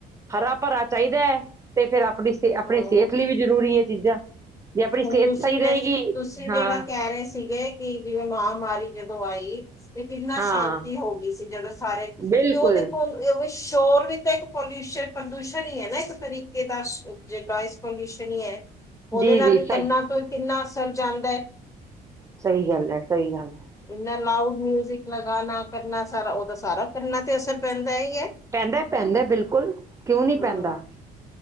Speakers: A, on the right (about 20°); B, on the left (about 20°).
A: ਹਰਾ- ਭਰਾ ਚਾਹੀਦਾ ਹੈ ਤੇ ਫਿਰ ਆਪਣੀ ਆਪਣੇ
B: ਹਾਂ
A: ਸਿਹਤ ਲਈ ਵੀ। ਜ਼ਰੂਰੀ ਹੈ ਚੀਜ਼ਾਂ। ਜੇ ਆਪਣੀ
B: ਹੁਣ
A: ਸਿਹਤ
B: ਤੁਸੀਂ
A: ਸਹੀ ਰਹੇਗੀ
B: ਦਸ, ਤੁਸੀਂ
A: ਹਾਂ
B: ਜਿਹੜਾ ਕਹਿ ਰਹੇ ਸੀਗੇ। ਕਿ ਜਿਵੇਂ ਮਹਾਂਮਾਰੀ ਜਦੋਂ ਆਈ। ਵੀ ਕਿੰਨਾ
A: ਹਾਂ
B: ਸ਼ਾਂਤੀ ਹੋ ਗਈ ਸੀ ਜਦੋਂ ਸਾਰੇ,
A: ਬਿਲਕੁਲ
B: ਤੇ ਉਹ ਦੇਖੋ। ਉਹ ਸ਼ੋਰ ਵੀ ਤਾਂ ਇੱਕ ਪੋਲਿਊਸ਼ਨ, ਪ੍ਰਦੂਸ਼ਣ ਹੀ ਹੈ ਨਾ ਇੱਕ ਤਰੀਕੇ ਦਾ। ਜੇ ਨੋਇਸ ਪੋਲਿਊਸ਼ਨ ਹੀ ਹੈ, ਉਹਦੇ
A: ਜੀ
B: ਨਾਲ
A: ਜੀ
B: ਵੀ ਕੰਨਾਂ
A: ਸਹੀ
B: ਤੋਂ ਕਿੰਨਾ ਅਸਰ ਜਾਂਦਾ
A: ਸਹੀ ਗੱਲ ਹੈ। ਸਹੀ ਗੱਲ ਹੈ।
B: ਇੰਨਾ ਲਾਊਡ ਮਿਊਜਿਕ ਲਗਾਣਾ ਕਰਨਾ ਸਾਰਾ, ਉਹਦਾ ਸਾਰਾ ਕੰਨਾਂ ਤੇ ਅਸਰ ਪੈਂਦਾ ਹੀ ਹੈ।
A: ਪੈਂਦਾ, ਪੈਂਦਾ ਬਿਲਕੁਲ ਕਿਉਂ ਨੀ
B: ਹਮ
A: ਪੈਂਦਾ